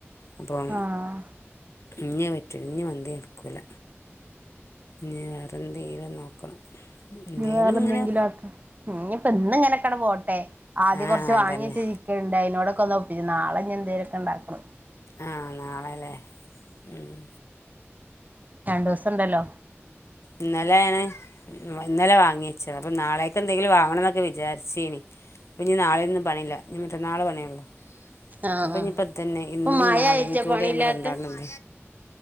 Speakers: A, on the left; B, on the right.
A: അപ്പം
B: ആഹ്
A: ഇഞ്ഞേ പറ്റൂ ഇഞ്ഞഞ് വന് എടുക്കൂല ഇ വേറെ എന്തെലും നോക്കണം എന്തേലും
B: വേറെന്തെങ്കിലും
A: ഇങ്ങനെ
B: ആക്ക ന ഇപ്പ പോട്ടെ ആദ്യം
A: ആ
B: കൊറച്ച്
A: അതന്നെ
B: വാങ്ങി വച്ച ഇരിക്കണ്ട് അനോടൊക്കെ ഒന്ന് ഒപ്പിച്ച നാളെഞാന്തേരൊക്കെ ഉണ്ടാക്കണം
A: ആ നാളെ അല്ലേ ഉം.
B: രണ്ടുസം ഉണ്ടല്ലോ
A: ഇന്നലേ ഇന്നലെ വാങ്ങി വച്ചത് അപ്പൊ നാളേക്ക എന്തെങ്കിലും വാങ്ങണംൊക്ക ഒക്കെ വിചാരിച്ചേനി പ്പ നി നാളെൊന്നും പണയില്ല ഞൻ മറ്റന്നാളെ പണിയുള്ളൂ
B: ആഹ്
A: അപ്പൊ
B: ആഹ്
A: ഇനിയിപ്പതന്നെ ഇന്നും
B: ഇപ്പൊ മഴ
A: നാളും
B: ആയിട്ടാ
A: കൂടെയാണ്
B: പണിയില്ലാത്ത
A: കണ്ടാണത്